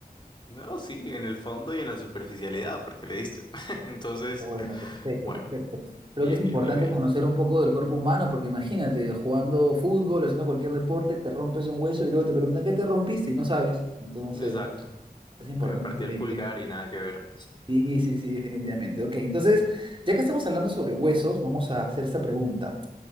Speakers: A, on the left (about 30°); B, on the right (about 35°).
A: No, sí, en el fondo y en la superficialidad, porque le diste. <laughs> Entonces,
B: Ah, Bueno, perfecto,
A: bueno,
B: perfecto. Creo
A: bien,
B: que es importante
A: bien, bien ahí.
B: conocer un poco del cuerpo humano, porque imagínate, jugando fútbol, o haciendo cualquier deporte, te rompes un hueso y luego te preguntan, ¿qué te rompiste? Y no sabes. Entonces,
A: Exacto.
B: es importante
A: Que me partí
B: por
A: el
B: ahí
A: pulgar
B: que...
A: y nada que ver.
B: Sí, sí, sí, definitivamente. Ok, entonces, ya que estamos hablando sobre huesos, vamos a hacer esta pregunta.